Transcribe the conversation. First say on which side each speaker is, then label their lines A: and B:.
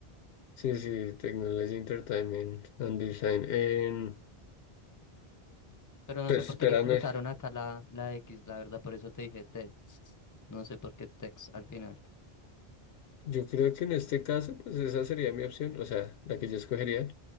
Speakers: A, on the left; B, on the left.
A: Sí, sí, Technology Entertainment and Design. Em,
B: Pero no
A: pues
B: sé por
A: espérame,
B: qué le colocaron acá la, la X, la verdad, por eso te dije Tex. No sé por qué Tex al final.
A: yo creo que en este caso, pues esa sería mi opción, o sea, la que yo escogería.